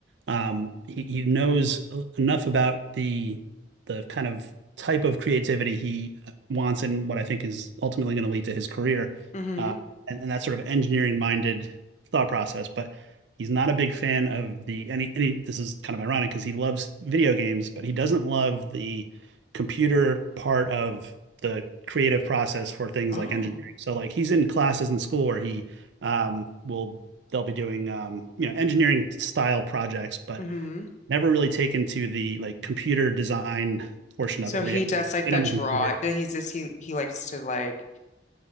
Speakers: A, on the right; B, on the left.
A: um, he, he knows enough about the the kind of type of creativity he wants and what I think is ultimately going to lead to his career
B: mm-hmm
A: uh, and, and that sort of engineering minded thought process. But he's not a big fan of the any any this is kind of ironic because he loves video games, but he doesn't love the computer part of the creative process for things
B: Oh,
A: like engineering. So like he's in classes in school where he um, will they'll be doing um, you know engineering style projects, but
B: Mm-hmm.
A: never really taken to the like computer design portion
B: So
A: of it where
B: he
A: you have
B: does
A: to, like
B: like
A: get
B: the
A: on
B: draw.
A: the computer.
B: He just he he likes to like